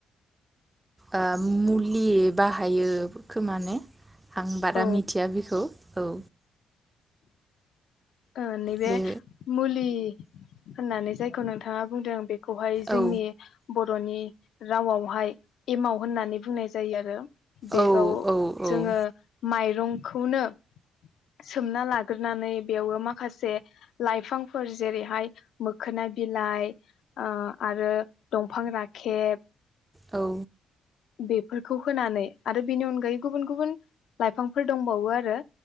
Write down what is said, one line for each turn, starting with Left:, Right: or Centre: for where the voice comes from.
Right: ओ मुलि बाहायो खोमा ने? आं बारा
Left: औ
Right: मिथिया बेखौ औ।
Left: ओ नैबे
Right: बे
Left: मुलि होननानै जायखौ नोंथाङा बुंदों बे खौहाय जोंनि
Right: औ
Left: बर' बर'नि रावावहाय एमाव होननानै बुंनाय जायो आरो। बेखौ
Right: औ औ
Left: जोङो
Right: औ
Left: माइरं खौनो सोमना लाग्रोनानै बेवबो माखासे लाइफांफोर जेरैहाय मोखोना बिलाइ, ओ आरो दं फां राखेब,
Right: औ
Left: बेफोरखौ होनानै आरो बेनि अनगायै गुबुन गुबुन लाइफांफोर दंबावो आरो